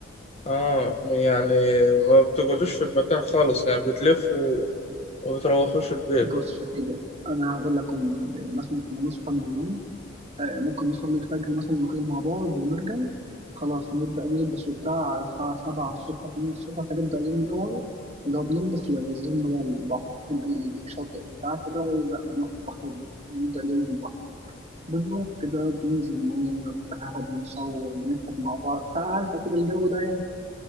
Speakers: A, on the left (about 30°); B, on the right (about 30°).
A: اه يعني ما بتقعدوش في المكان خالص يعني بتلفوا وما بتروحوش البيت
B: بص يا سيدي أنا هقول لك كنا بنعمل إيه. مثلا كنا نصحى من النوم آه، ممكن نصلي الفجر مثلا وكده مع بعض ونرجع خلاص نبدأ نلبس وبتاع على الساعة سبعة الصبح تمانية الصبح هنبدأ اليوم من أوله اللي هو بنلبس اللي نازلين بقى البحر رايحين أي شاطئ بتاع كده لا نروح نبدأ اليوم بالبحر بنروح كده بننزل مية بتاع حد بنصور بنضحك مع بعض عارفة كده الجو ده يعني